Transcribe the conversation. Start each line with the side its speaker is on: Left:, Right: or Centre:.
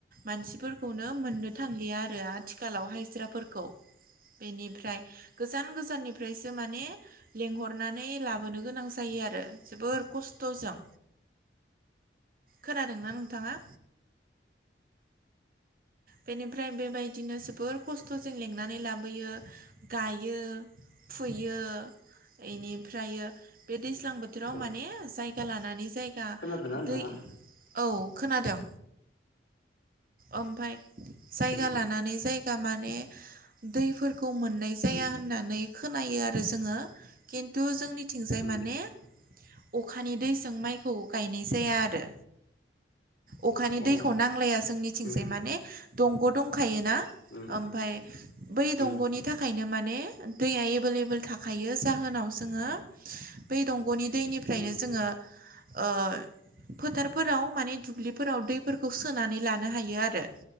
Right: मानसिफोरखौनो मोननो थांलिया आरो आथिखालाव हायजिराफोरखौ बेनिफ्राय गोजान गोजाननिफ्रायसो माने लेंंहरनानै लाबोनो गोनां जायो आरो जोबोर खस स्ट'जों खोनादोंना नोंथाङा? बेनिफ्राय बेबायदिनो जोबोर खस्थ'जों लिंनानै लाबोयो गायो। फुयो इनिफ्रयो बे दैज्लां बोथोराव
Left: औ
Right: माने जायगा लानानै जायगा
Left: खोनादोंना नोंथाङा
Right: दै औ खोनादों ओमफाय जायगा
Left: हेलौ
Right: लानानै जायगा माने दैफोरखौ मोननाय जाया
Left: उम
Right: होननानै खोनायो आरो जोङो खिन्थु जोंनिथिंजाय
Left: उम
Right: माने अखानि दैजों माइखौ गायनाय जाया आरो। अखानि
Left: अ
Right: दैखौ नांलाया जोंनिथिंजाय
Left: उम
Right: माने दंग' दंखा थायोना
Left: उम
Right: ओमफाय बै
Left: उम
Right: दंग'नि थाखायनो माने दैया एबोललेबोल थाखायो जोनाव जोङो बै दंग'नि दैनिफ्रायनो
Left: उम
Right: जोङो ओ फोथारफोराव माने दुब्लि फोराव दैफोरखौ सोनानै लानो हायो आरो